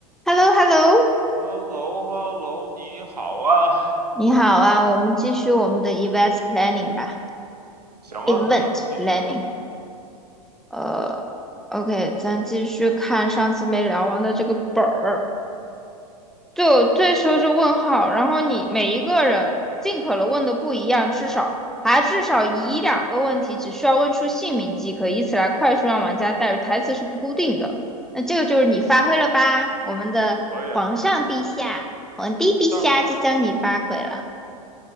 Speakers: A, in the centre; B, on the right.
A: h e l l o h e l l o
B: h e l l o h e l l o 你好啊，
A: 你好啊，我们继续我们的 e v e n t planning 吧
B: 行啊，
A: ，event
B: 咱们继续吧，
A: planning。呃，OK，咱继续看上次没聊完的这个本儿。就这时候就问号，然后你每一个人尽可能问的不一样，至少还至少一两个问题，只需要问出姓名即可，以此来快速让玩家带入。台词是不固定的，那这个就是你发挥了吧，我们的皇上陛下、
B: 可以啊。
A: 皇帝陛下，
B: 但是，
A: 就叫你发挥了。